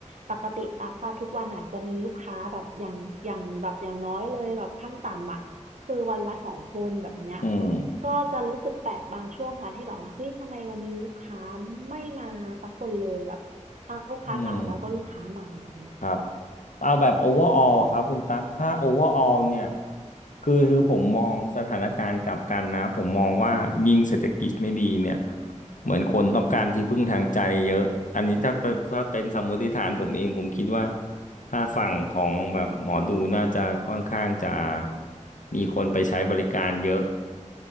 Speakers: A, on the right; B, on the left.
A: ปกติตักก็ทุกวันอ่ะจะมีลูกค้าแบบอย่างอย่างแบบอย่างน้อยเลยแบบขั้นต่ำอ่ะคือวันละสองคนแบบเนี้ย
B: อืม
A: ก็จะรู้สึกแปลกบางช่วงค่ะที่แบบว่าเฮ้ยทำไมวันนี้ลูกค้าไม่มาสักคนเลยแบบทั้งลูกค้าเก่าแล้วก็ลูกค้าใหม่แบบเนี้ย
B: อืม ครับเอาแบบ overall อะครับคุณตั๊กถ้า overall เนี่ยคือคือผมมองสถานการณ์กลับกันนะผมมองว่ายิ่งเศรษฐกิจไม่ดีเนี่ยเหมือนคนต้องการที่พึ่งทางใจเยอะอันนี้ถ้าเป็นถ้าเป็นสมมติฐานผมเองผมคิดว่าถ้าฝั่งของแบบหมอดูน่าจะค่อนข้างจะมีคนไปใช้บริการเยอะ